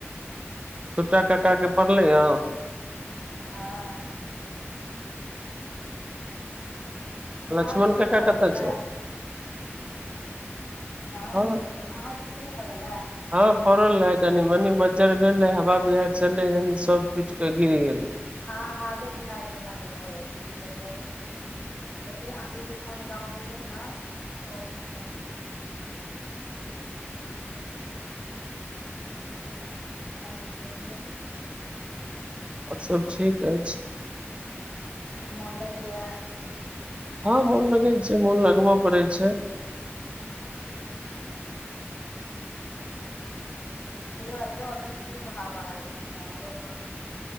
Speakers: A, on the right (about 25°); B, on the left (about 40°).
A: छोटा काका के फड़लै आम?
B: हँ।
A: लक्ष्मण
B: आहाँ सब के
A: कका
B: नै फड़ल
A: कतऽ
B: छलाह।
A: छै <inaudible>
B: गाँवे
A: हँ
B: मे छथिन अहाँ सबके नय फड़लय।
A: हँ फड़ल रहे कनी मनी मज्जर भेलै हवा बिहायर चललै ह सब टुईट कऽ गिर गेलै।
B: हँ हँ हाबे बिहायर सँ बन्द भजाइ छै दिक्कत भ जाइ छै। कते आंधी तूफान गाँव में छै नऽ बहुत ज्यादा। बहुत अच्छा दिक्कत छै और कहियो।
A: और सब ठीक अछि।
B: मोन लगैया।
A: हँ मोन लगै छै मोन लगबय पड़ै छै।
B: चलु एतै एखन खूब हावा अइ गाँवमे।